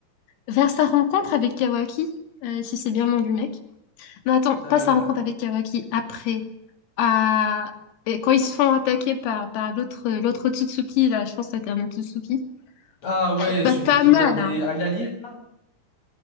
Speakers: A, on the left; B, on the left.
A: Vers sa rencontre avec Kawaki, euh, si c'est bien le nom du mec. Non, attends, pas
B: Euh,
A: sa rencontre avec Kawaki, après. À... et quand ils se font attaquer par, par l'autre l'autre Otsutsuki, là, je pense que c'était un Otsutsuki.
B: Ah ouais,
A: Euh, bah,
B: celui
A: pas
B: qui
A: mal,
B: vient des...
A: hein.
B: À l'Allier, là?